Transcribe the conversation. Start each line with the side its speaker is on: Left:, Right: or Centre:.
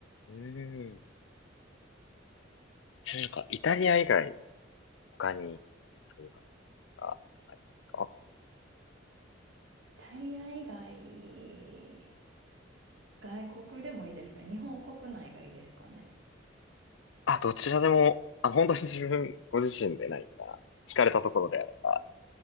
Left: うーんちなみになんか、イタリア以外、他に、すごい良かったがありますか
Right: タリア以外、外国でもいいですか日本国内がいいですかね。
Left: あ、どちらでも、あ、本当に自分、ご自身で何か、惹かれたところであれば、